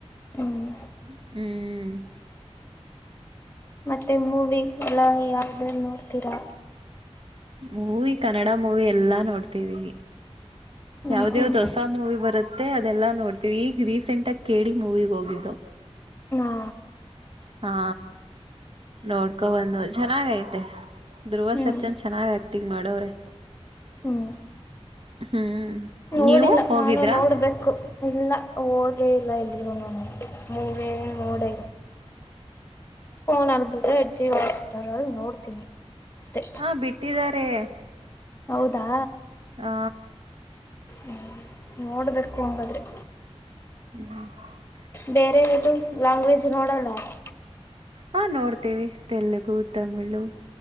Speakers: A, on the left (about 20°); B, on the right (about 55°).
A: ಹ್ಮ್
B: ಹ್ಮ್.
A: ಮತ್ತೆ ಮೂವಿ ಎಲ್ಲ ಯಾವ್ದ್ರಲ್ಲಿ ನೋಡ್ತೀರಾ?
B: ಮೂವಿ ಕನ್ನಡ ಮೂವಿ ಎಲ್ಲಾ ನೋಡ್ತೀವಿ
A: ಹ್ಮ್
B: ಯಾವ್ದ
A: ಹ್ಮ್
B: ಯಾವ್ದ ಹೊಸ ಮೂವಿ ಬರು ಮತ್ತೆ ಅದೆಲ್ಲಾ ನೋಡ್ತೀವಿ ಈಗ ರೀಸೆಂಟ್ ಆಗಿ ಕೆಡಿ ಮೂವಿಗ ಹೋಗಿದ್ದು.
A: ಹಾ
B: ಹಾ. ನೋಡ್ಕೋಬಂದು ಚೆನ್ನಾಗ್ ಐತೆ ಧ್ರುವ
A: ಹ್ಮ್
B: ಸರ್ಜನ್ ಚೆನ್ನಾಗ ಆಕ್ಟಿಂಗ್ ಮಾಡವ್ರೆ
A: ಹ್ಮ್
B: ಹ್ಮ್.
A: ನೋಡಿಲ್ಲ
B: ನೀವು ಹೋಗಿದ್ರಾ
A: ನಾನು ನೋಡ್ಬೇಕು. ಇಲ್ಲ ಹೋಗೆ ಇಲ್ಲ ಎಲ್ಲಿಗೂನು ನಾನ ಮೂವಿ ನೋಡೇ ಫೋನ್ ಅಲ್ಲಿಬಿಟ್ರೆ ಜಿಯೋ ಹಾಟ್ಸ್ಟರ್ ಅಲ್ಲಿ ನೋಡ್ತೀನಿ ಅಷ್ಟೇ.
B: ಹಾ ಬಿಟ್ಟಿದ್ದಾರೆ.
A: ಹೌದಾ.
B: ಹಾ.
A: ಹ್ಮ್, ನೋಡ್ಬೇಕು ಹಂಗಾದ್ರೆ
B: ಹ್ಮ್. <inaudible>
A: ಬೇರೆದದು ಲ್ಯಾಂಗ್ವೇಜ್ ನೋಡೋಲ್ಲ. <unintelligible>
B: ಹಾ, ನೋಡ್ತೀವಿ ತೆಲುಗು, ತಮಿಳು